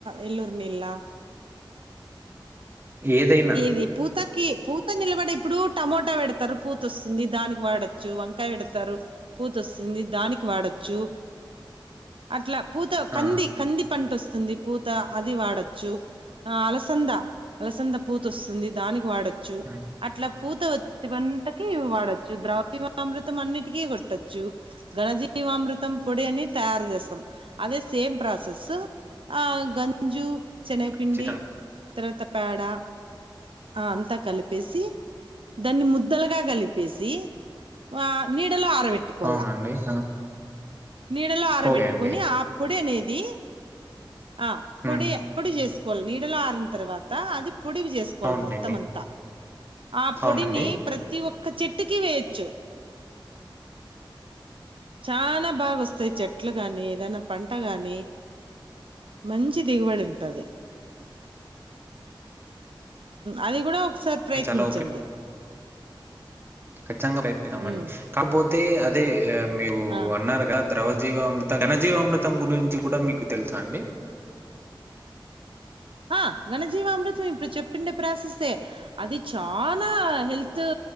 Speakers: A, on the right; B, on the right.
A: ఎల్లూర్ నిల్లా
B: ఏదైనా.
A: ఇది పూతకి పూత నిలబడి ఇప్పుడు టమోటా పెడతారు పూత వస్తుంది దానికి వాడొచ్చు వంకాయ పెడతారు పూత వస్తుంది దానికి వాడొచ్చు అట్లా పూత కంది
B: ఆ!
A: కంది పంట వస్తు స్తుంది పూత అది వాడచ్చు ఆ అలసంద పూత వస్తుంది దానికి వాడొ చ్చు
B: హ్మ్.
A: అట్లా పూత వత్తి వంటకి వాడొచ్చు ద్రవ్యమామృతం అన్నింటికీ కొట్టొచ్చు గణజీమృతం పొడి అని తయారు చేస్తాం అదే సేమ్ ప్రాసెస్ ఆ గంజు చెనైపిండి
B: ఖచ్చితంగానే.
A: తర్వాత పేడ అంతా కలిపేసి దాన్ని ముద్ ద్దలగా కలిపేసి వా మీర్ ఎండలో ఆరబెట్టుకొల్లా
B: అవునండి. ఆ!
A: నీడలో ఆరబెట్టుకుని
B: ఓకే అండి.
A: ఆ పొడి అనే ది ఆ
B: హ్మ్.
A: పొడి పొడి చేసుకో కొన్ నీడలో ఆరిన తర్వాత అది పొడివి చేసుకోవాల
B: అవునులెండి.
A: మొత్తం అంతా ఆ పొడిని
B: అవునండి.
A: ప్రతి ఒ ఒక చెట్టుకి వేయచ్చు చాల బాగా వస్తాయి చె చెట్లు గాని ఏదనా పంట గాని మంచి దిగుబడి ఉంటది అది కూడా ఒకసారి ప్రయత్నించండి
B: ఇది చాలా ఖచ్చింగా ప్రయత్నించుతామండి
A: హ్మ్.
B: కాకపోతే తే అదే మీరు
A: ఆ!
B: అన్నారుగా ద్రవజీవామృతం ఘనజీవామృతం గురించి కూడా మీకు తెలుసా అండి
A: ఆ ఘణజీవామృతం ఇప్పుడు చెప్పిండే ప్రాసస్సే అది చానా హెల్త్